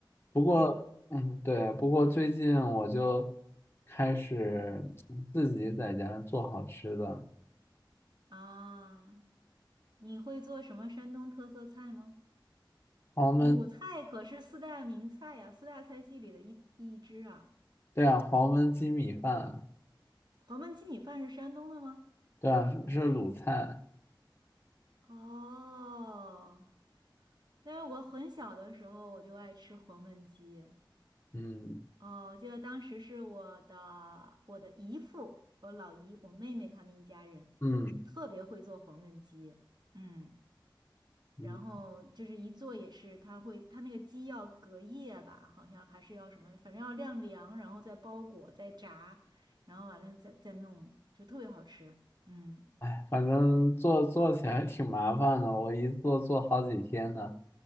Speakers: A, on the left; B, on the right.
A: 不过，
B: 嗯
A: 嗯，对，不过最近我就开始嗯自己在家做好吃的，
B: 啊，你会做什么山东特色菜吗？
A: 黄焖，
B: 鲁菜可是四大名菜呀，四大菜系里的一一支啊。
A: 对啊，黄焖鸡米饭，
B: 黄焖鸡米饭是山东的吗？
A: 对啊，是是鲁菜，
B: 哦，但是我很小的时候我就爱吃黄焖鸡，
A: 嗯
B: 哦，我记得当时是我的我的姨父，我老姨，我妹妹他们一家人，
A: 嗯
B: 特别会做黄焖鸡，嗯，
A: 嗯，
B: 然后就是一做也是，他会他那个鸡要隔夜吧，好像还是要什么，反正要晾凉，然后再包裹，再炸，然后完了再再弄，就特别好吃，嗯，
A: 哎，反正做做起来挺麻烦的，我一做做好几天呢，